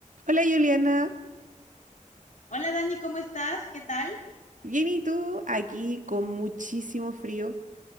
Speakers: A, on the right (about 75°); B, on the left (about 65°).
A: Hola Juliana,
B: Hola Dani, ¿cómo estás? ¿Qué tal?
A: bien y tú aquí con muchísimo frío.